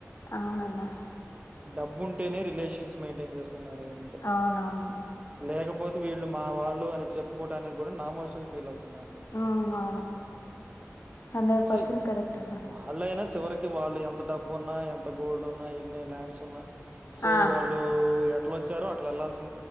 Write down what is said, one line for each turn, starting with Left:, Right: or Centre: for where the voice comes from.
Left: అవునన్నా
Right: డబ్బు ఉంటేనే రిలేషన్స్ మెయింటైన్ చేస్తున్నారు ఇగ అంతే
Left: అవునవును
Right: లేకపో పోతే వీళ్ళు మా వాళ్ళు అని చెప్పుకోవడానికి గూడా నామోషీగా ఫీల్ అవుతున్నారు.
Left: ఆహా hundred
Right: so,
Left: percent
Right: in
Left: correct అన్న
Right: వాళ్ళైనా చివరికి వాళ్ళు ఎంత డబ్బు ఉన్నా ఎంత గోల్డ్ ఉన్నా ఎన్ని ల్యాండ్స్ ఉన్నా సో
Left: ఆ
Right: వాళ్ళు ఎట్లా వచ్చారో అట్లా వెళ్లాల్సిం